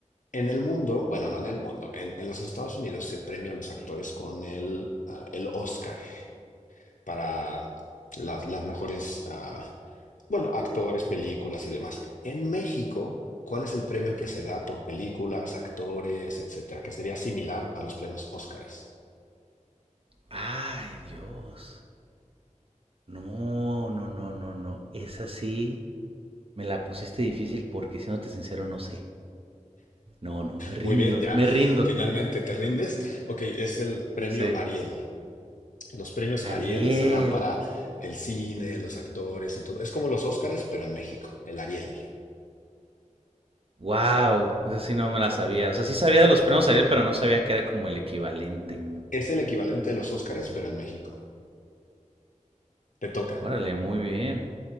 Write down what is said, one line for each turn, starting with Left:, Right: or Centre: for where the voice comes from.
Left: en el mundo, bueno, no en el mundo, en, en los Estados Unidos se premia a los actores con el, ah, el Oscar para las, las mejores, ah, bueno, actores, películas y demás. En México, ¿cuál es el premio que se da por películas, actores, etcétera? Que sería similar a los premios Óscares.
Right: Ay, Dios. No, no, no, no, no. Esa sí me la pusiste difícil porque siéndote sincero no sé. No, no, me rindo,
Left: Muy bien, ya
Right: me rindo.
Left: finalmente te rindes. Ok, es el premio
Right: Sí.
Left: Ariel. Los premios
Right: Ariel,
Left: Ariel se dan para el cine, los actores y todo. Es como los Óscares, pero en México, el Ariel.
Right: Wow, esa sí no me la sabía. O sea, sí sabía de los premios Ariel, pero no sabía que era como el equivalente.
Left: Es el equivalente de los Óscares,
Right: Sí.
Left: pero en México. Te toca.
Right: Órale, muy bien.